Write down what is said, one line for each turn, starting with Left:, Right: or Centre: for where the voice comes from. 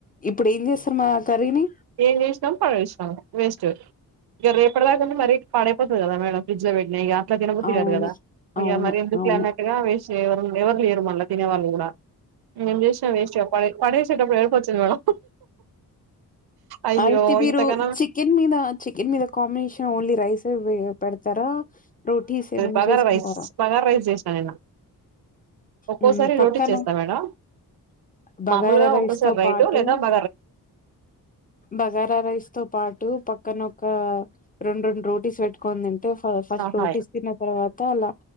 Left: ఇప్పుడు ఏం చేస్తారు మరి ఆ కర్రీని
Right: <unintelligible> మొత్తం పడేసిన వేస్ట్ ఇక రేపటి దాకా మరీ పడైపోతది కదా మేడం ఫ్రిడ్జ్ లో పెట్టినా ఇకా ఇట్లా దినబుద్ధి
Left: అవును
Right: కాదు కదా ఇక
Left: అవును
Right: మరి ఎందుకులే
Left: అవును
Right: అన్నట్టుగా వెస్ట్ చేయ ఎవరు లేరు మళ్ళా తినే వాళ్ళు కూడా ఏం చేసినా వేస్ట్ ఇగ ప పడేసేటప్పుడు ఏడుపోచ్చుంది మేడం అయ్యో
Left: అయితే మీరు
Right: ఇంతకనం
Left: చికెన్ మీద చికెన్ మీద కాంబినేషన్ ఓన్లీ రైస్ పెడతారా రోటీస్ ఏమన్నా
Right: బార
Left: చేసుకుంటారా?
Right: రైస్ బగార రైస్ చేసా నే ఒక్కోసారి
Left: హ్మ్. పక్కన
Right: రోటీ చేస్తాను మేడం
Left: బగారా
Right: మామలుగా
Left: రైస్‌తో
Right: ఒక్కోసారి రైటు
Left: పాటు
Right: లేదా బ
Left: బగారా రైస్ తో పాటు పక్క క్కనొక్క రెండు రెండు రోటీస్ పెట్టుకోని దిన్ టూ ఫ ఫస్ట్ రోటిస్
Right: హాయ్
Left: తిన్న తర్వా తాల